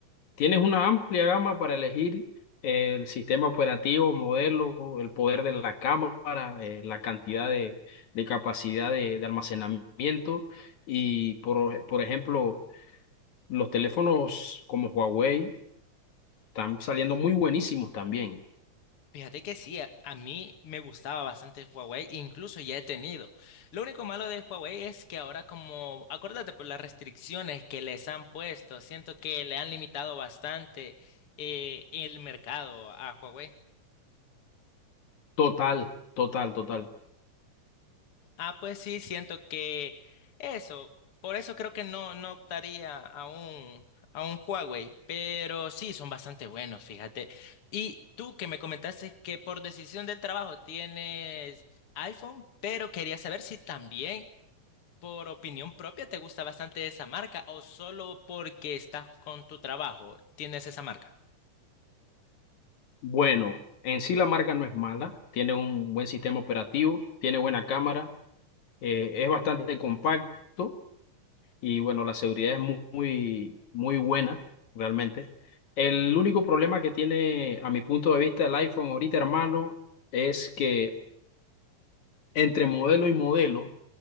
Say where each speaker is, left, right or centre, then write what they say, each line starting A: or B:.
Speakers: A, on the left (about 65°); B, on the left (about 45°).
A: tienes una amplia gama para elegir el sistema operativo, modelo, el poder de la cámara, eh, la cantidad de, de capacidad de, de almacenamiento. Y por, por ejemplo, Los teléfonos como Huawei están saliendo muy buenísimos también.
B: Fíjate que sí, a, a mí me gustaba bastante Huawei, incluso ya he tenido. Lo único malo de Huawei es que ahora como, acuérdate por las restricciones que les han puesto, siento que le han limitado bastante eh, el mercado a Huawei.
A: Total, total, total.
B: Ah, pues sí, siento que eso, por eso creo que no, no optaría a un, a un Huawei, pero sí, son bastante buenos, fíjate. Y tú que me comentaste que por decisión del trabajo tienes iPhone, pero quería saber si también por opinión propia te gusta bastante esa marca o solo porque estás con tu trabajo tienes esa marca.
A: Bueno, en sí la marca no es mala, tiene un buen sistema operativo, tiene buena cámara, eh, es bastante compacto y bueno, la seguridad es mu- muy, muy, buena realmente. El único problema que tiene, a mi punto de vista, el iPhone ahorita, hermano, es que entre modelo y modelo,